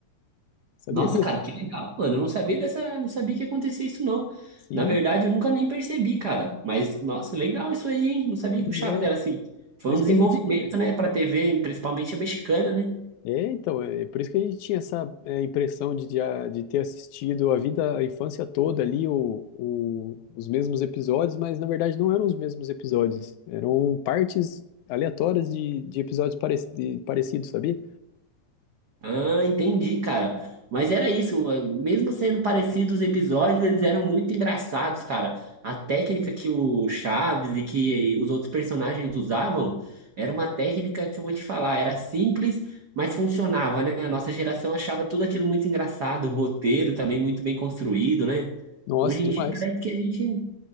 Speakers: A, on the left (about 80°); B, on the right (about 70°).
A: Sabia
B: Nossa,
A: disso?
B: cara, que legal, mano. Eu não sabia dessa, não sabia que acontecia isso, não.
A: Sim,
B: Na verdade, eu nunca nem percebi, cara. Mas, nossa, legal isso aí, hein? Não sabia
A: pois
B: que o Chaves
A: é.
B: era assim. Foi
A: Por
B: um
A: isso
B: desenvolvimento,
A: que a gente tinha.
B: né, pra TV, principalmente a mexicana, né?
A: É, então, é por isso que a gente tinha essa é, impressão de, de, a- de ter assistido a vida, a infância toda ali, o, o- os mesmos episódios, mas na verdade não eram os mesmos episódios, eram partes aleatórias de, de episódios parec- de- parecidos, sabia?
B: Ah, entendi, cara. Mas era isso, eh, mesmo sendo parecidos os episódios, eles eram muito engraçados, cara. A técnica que o Chaves e que os outros personagens usavam era uma técnica que eu vou te falar, era simples, mas funcionava, né? A nossa geração achava tudo aquilo muito engraçado, o roteiro também muito bem construído, né?
A: Nossa,
B: Hoje
A: demais.
B: em dia parece que a gente